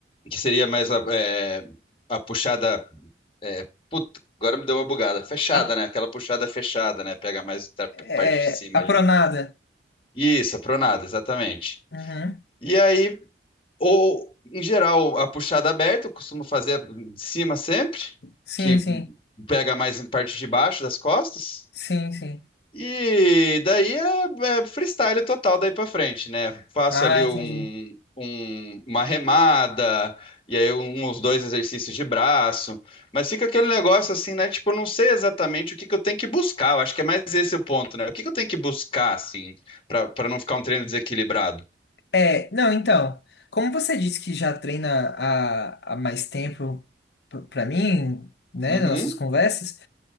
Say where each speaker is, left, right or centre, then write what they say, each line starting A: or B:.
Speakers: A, on the left; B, on the left.
A: que seria mais a, é, a puxada. É, puta, agora me deu uma bugada. Fechada,
B: A,
A: né? Aquela puxada fechada, né? Pega mais a
B: é,
A: parte de cima
B: a
A: ali.
B: pronada
A: Isso, a pronada, exatamente.
B: Uhum.
A: E aí, ou em geral, a puxada aberta, eu costumo fazer de cima sempre,
B: Sim,
A: que
B: sim.
A: pega mais em parte de baixo das costas.
B: Sim, sim.
A: E daí é, é freestyle total daí pra frente, né? Faço
B: Ah,
A: ali
B: entendi.
A: um, um- uma remada, e aí um, uns dois exercícios de braço, mas fica aquele negócio assim, né? Tipo, eu não sei exatamente o que que eu tenho que buscar, eu acho que é mais esse o ponto, né? O que que eu tenho que buscar, assim, pra, pra não ficar um treino desequilibrado?
B: É, não, então, como você disse que já treina há, há mais tempo p- pra mim, né,
A: Uhum.
B: nas nossas conversas,